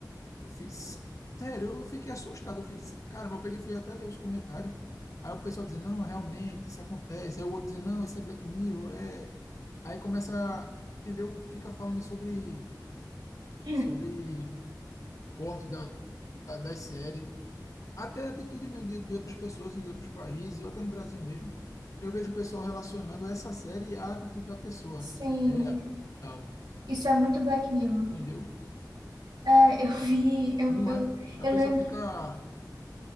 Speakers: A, on the left; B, on the right.
A: Eu fiz. Sério, eu fiquei assustado. Eu fiz. Caramba, eu peguei e fui até ler os comentários. Aí o pessoal dizendo, não, realmente, isso acontece. Aí o outro dizendo, não, isso é Black Mirror. É... Aí começa. Entendeu? Fica falando sobre.
B: <clears throat>
A: Sobre corte da, das séries. até a atitude mesmo de, de outras pessoas em outros países, ou até no Brasil mesmo, eu vejo o pessoal relacionando essa série à atitude da pessoa
B: Sim,
A: real,
B: isso é muito Black Mirror.
A: entendeu?
B: É, eu vi, eu,
A: Não
B: eu,
A: é? A
B: eu
A: pessoa
B: lembro
A: fica,